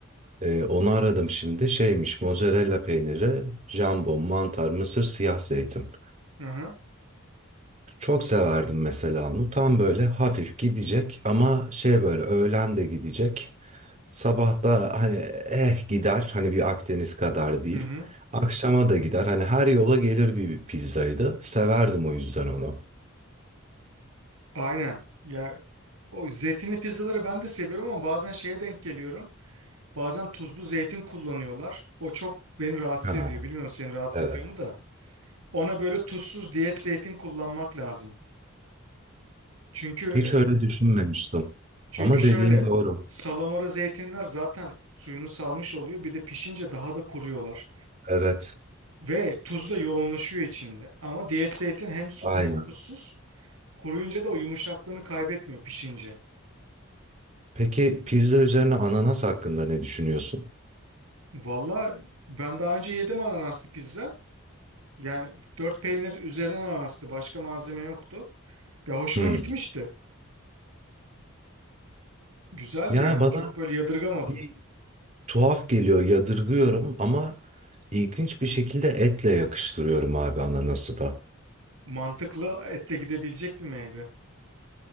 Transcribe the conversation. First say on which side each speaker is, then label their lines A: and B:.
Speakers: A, on the right; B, on the right.
A: Ee, onu aradım şimdi. Şeymiş mozzarella peyniri, jambon, mantar, mısır, siyah zeytin.
B: aha,
A: Çok severdim mesela onu. Tam böyle hafif gidecek ama şey böyle öğlen de gidecek. Sabah da hani eh gider. Hani bir Akdeniz kadar değil.
B: hı hı.
A: Akşama da gider. Hani her yola gelir bir bir pizzaydı. Severdim o yüzden onu.
B: Aynen. Ya o zeytinli pizzaları ben de seviyorum ama bazen şeye denk geliyorum. Bazen tuzlu zeytin kullanıyorlar. O çok beni rahatsız
A: Ha,
B: ediyor. Bilmiyorum seni rahatsız
A: evet.
B: ediyor mu da. Ona böyle tuzsuz diyet zeytin kullanmak lazım. Çünkü
A: Hiç öyle düşünmemiştim.
B: Çünkü
A: Ama
B: şöyle
A: dediğin doğru.
B: salamura zeytinler zaten suyunu salmış oluyor. Bir de pişince daha da kuruyorlar.
A: Evet,
B: Ve tuz da yoğunlaşıyor içinde. Ama diyet zeytin hem sulu
A: aynen.
B: hem tuzsuz. Kuruyunca da o yumuşaklığını kaybetmiyor pişince.
A: Peki pizza üzerine ananas hakkında ne düşünüyorsun?
B: Valla ben daha önce yedim ananaslı pizza. Yani dört peynir üzerine ananastı. Başka malzeme yoktu. Ya hoşuma
A: Hmm.
B: gitmişti. Güzeldi
A: Yani
B: yani.
A: bana
B: Çok böyle yadırgamadım.
A: bir tuhaf geliyor, yadırgıyorum ama ilginç bir şekilde etle yakıştırıyorum abi ananası da.
B: Mantıklı etle gidebilecek bir meyve.